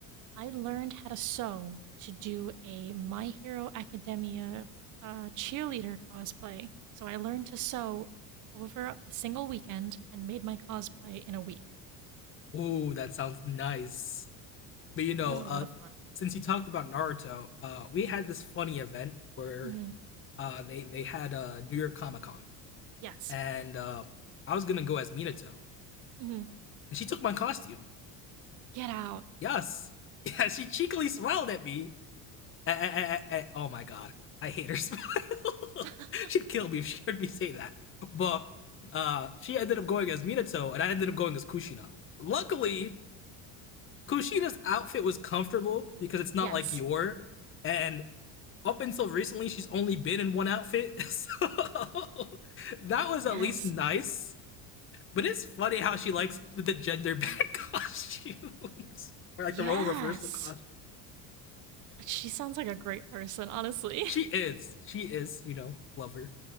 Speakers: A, on the right; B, on the left.
A: I learned how to sew to do a My Hero Academia uh, cheerleader cosplay. So I learned to sew over a single weekend and made my cosplay in a week.
B: it. Ooh, that sounds nice. But you know,
A: It was a lot
B: uh
A: of fun.
B: since you talked about Naruto, uh we had this funny event where
A: hmm
B: uh they they had a uh, New York Comic Con
A: Yes.
B: and uh I was going to go as Minato
A: hmm
B: and she took my costume.
A: Get out.
B: yes. <laughs> Yeah, she cheekily smiled at me. Eh, eh, eh, eh, Oh my god, I hate her smile. <laughs>
A: <laughs>
B: She'd kill me if she heard me say that. But uh, she ended up going as Minato, and I ended up going as Kushina. Luckily, Kushina's outfit was comfortable because it's not
A: yes.
B: like your. And up until recently, she's only been in one outfit, so <laughs> that was
A: Yes.
B: at least nice. But it's funny how she likes the gender bent costumes, <laughs> or like
A: Yes.
B: the role reversal costumes.
A: She sounds like a great person, honestly.
B: She is. She is, you know, love her.